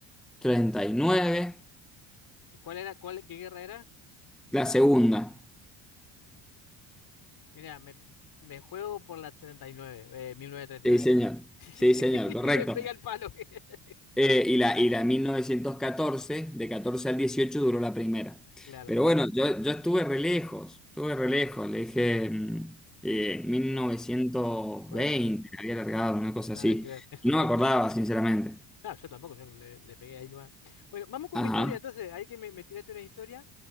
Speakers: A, in the centre; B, on the left.
A: treinta y nueve,
B: ¿Y cuál era, cuál, qué guerra era?
A: la segunda.
B: Mira, me, me juego por la 39, eh, mil novecientos treinta Y
A: Sí,
B: nueve.
A: señor.
B: <laughs>
A: Sí, señor, correcto.
B: Y le pega el palo. <laughs>
A: Eh, y la, y la mil novecientos catorce de 14 al 18 duró la primera.
B: Claro,
A: Pero bueno, yo, yo estuve re lejos, estuve re lejos. Le dije mm, eh, mil
B: de
A: novecientos
B: 45.
A: veinte, había alargado, una cosa
B: Nada
A: así.
B: que ver. <laughs>
A: No me acordaba, sinceramente.
B: No, yo tampoco, yo le, le pegué ahí nomás. Bueno, vamos con una
A: Ajá,
B: historia, entonces, ahí que me, me tiraste una historia,